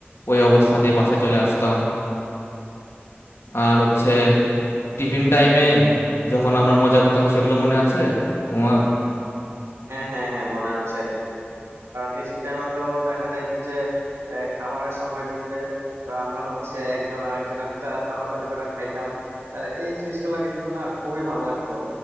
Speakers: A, on the left; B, on the right.
A: ওই অবস্থাতে বাসায় চলে আসতাম আর হচ্ছে টিফিন টাইমে যখন আমরা মজা করতাম সেগুলো মনে আছে তোমার
B: হ্যাঁ হ্যাঁ হ্যাঁ মনে আছে টিফিন টাইমে তো দেখা যাইতো যে আহ, খাবারের সময় দিছে তো আমরা হচ্ছে একজন আরেকজনের টা থাপাথাপি করে খাইতাম আহ, এই জিনিসগুলো কিন্তু না খুবই ভাল লাগতো